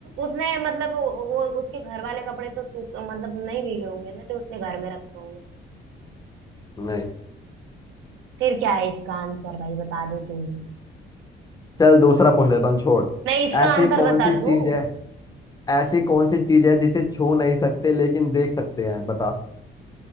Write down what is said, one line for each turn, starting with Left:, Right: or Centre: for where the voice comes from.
Right: उसने मतलब वो वो- उसके घर वाले कपड़े तो सूख मतलब नहीं भीगे होंगे ना तो उसने घर में रखे होंगे
Left: नहीं
Right: फिर क्या है इसका आंसर भाई बता दे तू ही
Left: चल दूसरा पूछ लेता हूँ छोड़
Right: नहीं इसका
Left: ऐसी
Right: आंसर
Left: कौन
Right: बता
Left: सी चीज
Right: दू
Left: है ऐसी कौन सी चीज है जिसे छू नहीं सकते लेकिन देख सकते हैं बता